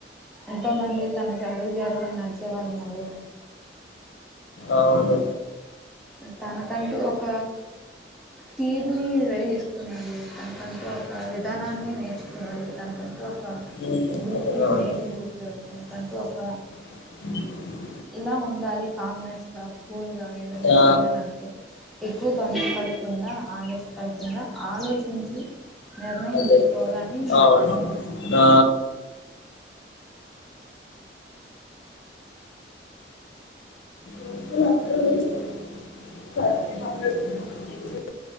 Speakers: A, in the centre; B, on the left.
A: ఎంతో మంది తన జాడీ జాలలో నడిచే వాళ్ళు ఉన్నారు
B: అవును
A: తనకంటూ ఒక టీవీని రెడీ చేస్తున్నాడు తనకంటూ ఒక విధానాన్ని నేర్చుకున్నాడు తనకంటూ ఒక ఒక
B: ఉమ్
A: గ్రూప్
B: అవునవును
A: ని మెయింటైన్ చేస్తూ తనకంటూ ఒక
B: <unintelligible>
A: ఇలా ఉండాలి కామ్నెస్ గా కుల్గా ఏదన్నా
B: ఆ
A: చేయాలనుకునీ ఎక్కువ తొందర పడు కుండ ఆవేశపడుకుండాా ఆలోచించి నిర్ణయం
B: అదే
A: తీసుకోవాలని
B: అవును ఆ <unintelligible>